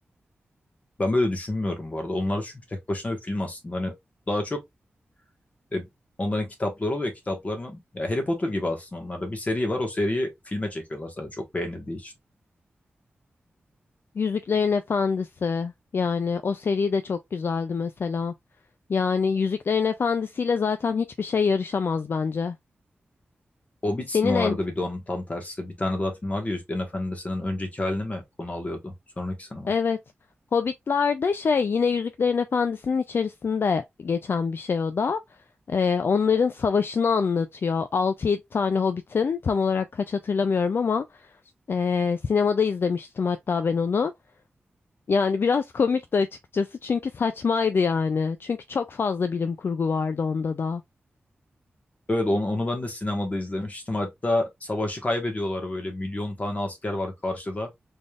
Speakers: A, on the left (about 35°); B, on the left (about 60°).
A: Ben böyle düşünmüyorum bu arada. Onlar çünkü tek başına bir film aslında. Hani daha çok e, onların kitapları oluyor. Kitaplarının ya Harry Potter gibi aslında onlarda. Bir seri var. O seriyi filme çekiyorlar sadece çok beğenildiği için.
B: Yüzüklerin Efendisi yani o seri de çok güzeldi mesela. Yani Yüzüklerin Efendisi ile zaten hiçbir şey yarışamaz bence.
A: Hobbit
B: Senin
A: mi vardı
B: en
A: bir de onun tam tersi. Bir tane daha film vardı ya Yüzüklerin Efendisi'nin önceki halini mi konu alıyordu? Sonraki mi?
B: evet Hobbitler'de şey yine Yüzüklerin Efendisi'nin içerisinde geçen bir şey o da. Ee, onların savaşını anlatıyor. altı yedi tane Hobbit'in tam olarak kaç hatırlamıyorum ama ee, sinemada izlemiştim hatta ben onu. Yani biraz komikti açıkçası çünkü saçmaydı yani. Çünkü çok fazla bilim kurgu vardı onda da.
A: Evet onu, onu ben de sinemada izlemiştim. Hatta savaşı kaybediyorlar böyle milyon tane asker var karşıda.